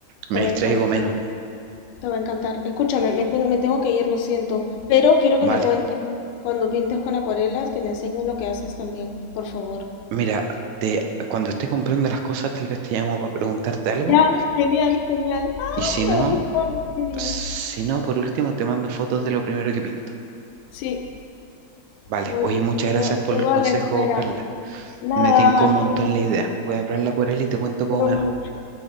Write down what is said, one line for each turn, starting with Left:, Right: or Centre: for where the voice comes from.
Right: Me
Left: Te va
Right: distraigo
Left: a encantar.
Right: menos.
Left: Te va a encantar. Escúchame, me, ten- me tengo que ir, lo siento, pero quiero
Right: Vale.
Left: que me cuentes cuando pintes con acuarelas, que me enseñes lo que haces también, por favor.
Right: Mira, te- cuando esté comprando las cosas, tal vez te llamo para preguntarte algo.
Left: Ya, genial, genial. Ah,
Right: Y si no,
Left: emociono, qué bien.
Right: Si no, por último te mando fotos de lo primero que pinto.
Left: Sí,
Right: Vale,
Left: muy
Right: oye,
Left: bien.
Right: muchas
Left: Quedo,
Right: gracias por
Left: quedo
Right: el consejo,
Left: a la espera.
Right: Carla.
Left: Nada,
Right: Me tincó un
Left: a
Right: montón
Left: ti,
Right: la idea. Voy a probar la acuarela y te cuento
Left: te
Right: cómo
Left: quiero
Right: me
Left: mucho.
Right: va.